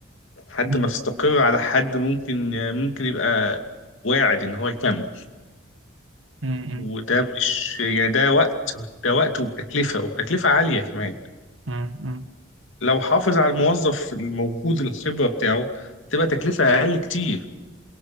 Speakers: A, on the left (about 80°); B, on the right (about 90°).
A: لحد
B: مم.
A: ما تستقر على حد ممكن ممكن يبقى واعد ان هو يكمل
B: مم. مم.
A: وده مش يعني ده وقت ده وقت وبتكلفة وبتكلفة عالية كمان
B: مم.
A: لو حافظ على الموظف الموجود الخبرة بتاعه تبقى تكلفة أقل كتير